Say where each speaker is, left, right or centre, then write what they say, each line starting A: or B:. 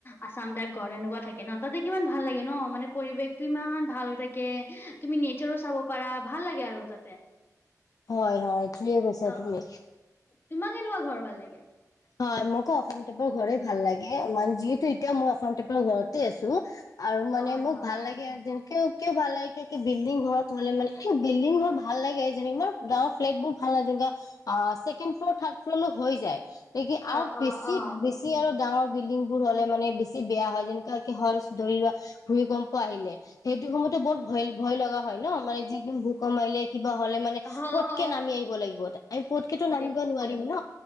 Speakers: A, on the left (about 35°); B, on the left (about 65°).
A: আচাম টাইপ ঘৰ এনেকুৱা থাকে ন তাতে ইমান ভাল লাগে ন মানে পৰিবেশ টো ইমান ভাল হৈ থাকে। তুমি নেচাৰো চাব পাৰা ভাল লাগে আৰু তাতে।
B: হয় হয় ঠেকে কৈছা
A: অ
B: তুমি
A: অ তোমাক কেনেকুৱা ঘৰ ভাল লাগে।
B: হয় মোকো অসম টাইপৰ ঘৰে ভাল লাগে ম যিহেতু এতিয়া মই অসম টাইপৰ ঘৰতে আছো। আৰু মানে
A: হয়
B: মোক
A: হয়
B: ভাল লাগে আৰু কিয় কিয় ভাল লাগে বিল্ডিং ঘৰত হ'লে মানে এ বিল্ডিং ঘৰ ভাল লাগে যেনে ইমান ডাঙৰ ফ্লেটবোৰ ভাল লাগে যেনে আহ ছেকেণ্ড ফ্লৰ থাৰ্ড ফ্ল'ৰলৈ হৈ যায়। নেকি আৰু
A: অ
B: বেছি
A: অ অ
B: বেছি আৰু ডাঙৰ বিল্ডিং বোৰ হ'লে মানে বেছি বেয়া হয় যেনেকুৱা কি হ'ল ধৰি লোৱা ভূমিকম্প আহিলে সেইটো সময়তো বহুত ভয় ভয় লগা হয় ন মানে যিকোনো ভূমিকম্প আহিলে কিবা হ'লে মানে
A: হ
B: পতকে
A: হ
B: নামি আহিব লাগিব আমি পতকেতো নামিব
A: এইটোৱে
B: নোৱাৰিম ন